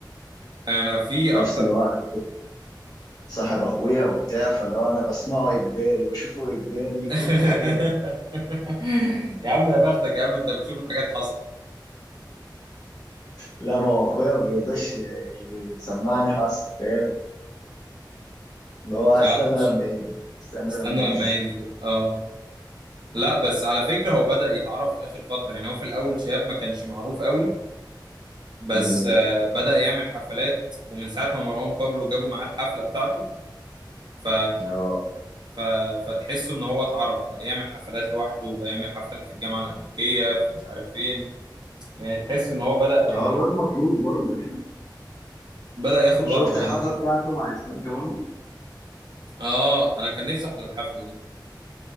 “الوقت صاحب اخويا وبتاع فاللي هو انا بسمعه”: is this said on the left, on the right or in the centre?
Left